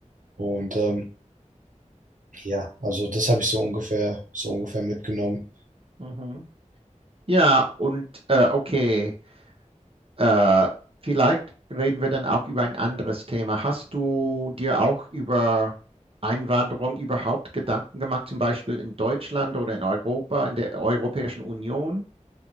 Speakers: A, on the right (about 85°); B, on the right (about 45°).
A: Und ähm, ja, also das habe ich so ungefähr, so ungefähr mitgenommen.
B: Mhm. Ja, und äh, okay. Äh, vielleicht reden wir dann auch über ein anderes Thema. Hast du dir auch über Einwanderung überhaupt Gedanken gemacht, zum Beispiel in Deutschland oder in Europa, in der Europäischen Union?